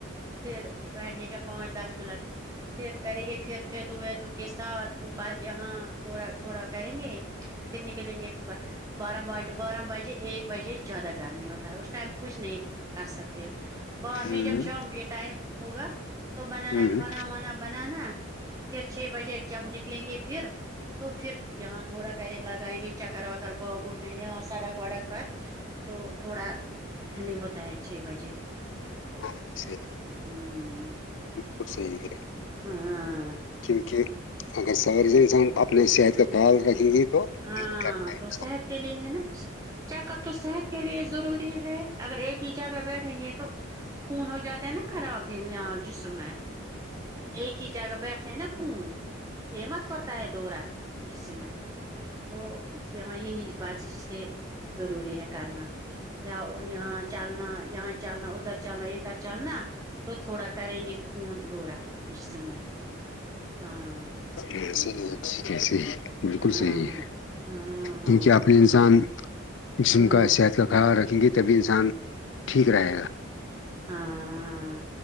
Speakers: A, on the right (about 15°); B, on the left (about 65°).
A: پھر بیٹھے گیا پانچ دس منٹ پھر کریں گے پھر کھیت ویتو کے ساتھ او بد یہاں تھوڑا تھوڑا کریں گے پھر نکلیں گے صبح بارہ ب بارہ بجے ایک بجے زیادہ گرمی ہوتا ہے اس ٹائم کچھ نہیں کر سکتے بعد
B: ہ
A: میں
B: ہ
A: جب شام کے ٹائم ہوگا تو بنانا
B: ہ ہ
A: کھانا وانا بنانا پھر چھ بجے جب نکلیں گے پھر تو پھر یہاں تھوڑا کرے لگائیں گے چکر وکر باگو میں یہاں سڑک وڑک پر تو تھوڑا ٹھنڈی ہوتا ہے چھ بجے
B: ہاں سی
A: ہوں
B: بالکل صحیح ہے
A: ہاں
B: کیونکہ اگر سواری انسان اپنے صحت کا خیال رکھیں گے تو
A: ہاں
B: یہی کرنا ہے
A: تو
B: انسان
A: صحت کے لیے ہے نا چیکر تو صحت کے لیے ضروری ہے اگر ایک ہی جہ بیٹھیں گے تو خون ہو جاتا ہے نا خراب یہاں جسم ہے ایک ہی جہ بیٹھتے ہیں نا خون یہ مت کرتا ہے دوورا جس میں تو یہ ہاں یہی بارزش ضروری ہے کرنا یہاں چلنا یہاں چلنا ادھر چلنا ادھر چلنا تو تھوڑا کریں گے خون دوورا جس میں ہاں
B: کیسے ہی کیسے ہی بالکل
A: ہاں
B: صحیح
A: ہاں
B: ہے
A: ہاں ہاں
B: کیونکہ آپ ا انسان جسم
A: ہاں
B: کا صحت کا خیال رکھیں گے تبھی انسان ٹھیک
A: ہ
B: رہے گا
A: ہاں